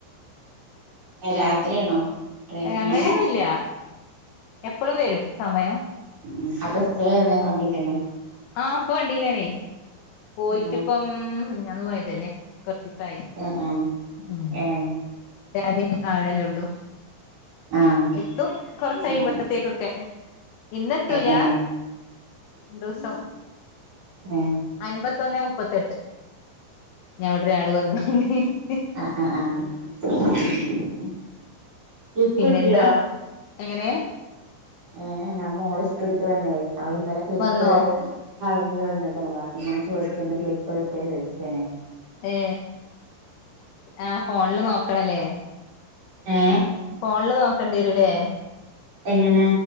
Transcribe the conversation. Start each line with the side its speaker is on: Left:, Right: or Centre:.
Right: രാത്രിയാണോ ഡ്രൈ
Left: അങ്ങനെയൊന്നുംല്ല
Right: ഏഹ്
Left: എപ്പളും വരും സമയം
Right: ഉ അപ്പൊ സ്റ്റേ എവിടെ വണ്ടി തന്നെ
Left: ആഹ അപ്പൊ വണ്ടിയിലാണേ പോയിട്ടിപ്പം
Right: ആഹ്
Left: ഞാന്ന് പോയതല്ലേ കൊറച്ച് ദിവസമായി
Right: ആഹ് ആഹ്
Left: ഉം
Right: ഏഹ്
Left: ഞാന ആണല്ലള്ളൂ
Right: ആഹ്
Left: എത്തും കൊറച്ച കഴിയുമ്പോഴത്തേക്കൊക്കെ
Right: ഉം
Left: ഇന്നെ എത്തൂല
Right: ഏഹ് ഏഹ്
Left: രണ്ടുസം
Right: ആഹ
Left: എമ്പത്തൊന്ന് മുപ്പത്തെട്ട് ഞവിടെട് വന്ന <inaudible>
Right: ആഹ ആഹ് ആഹ ഉ ഇപ്പട്ടിയ
Left: പിന്നെന്താ എങ്ങനെ
Right: ഏ മോള് സ്കൂള വന്ന അവള് ഇന്നല് ക്ലിപ്പ്
Left: വന്നോ
Right: കി വന്നക്കണേ അപ്പെ ചോദിച്ച ക്ലിപ്പ് കിട്ടിയ ചോദിച്ചണേ
Left: ഏ ആ ഫോണില് നോക്കണല്ലേ
Right: ഏ
Left: ഫോണില് നോക്കേണ്ടി വരൂല്ലേ
Right: ഏങ്ങനാ